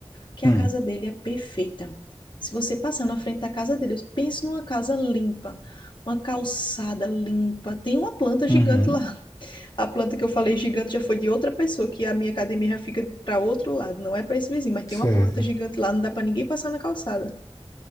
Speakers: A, on the left; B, on the left.
A: que
B: Hum,
A: a casa dele é perfeita. Se você passar na frente da casa dele, pense numa casa limpa, uma calçada limpa, tem uma planta gigante
B: uhum,
A: lá. A planta que eu falei gigante já foi de outra pessoa, que a minha academia já fica para outro lado, não é para esse vizinho, mas tem
B: certo.
A: uma planta gigante lá, não dá para ninguém passar na calçada.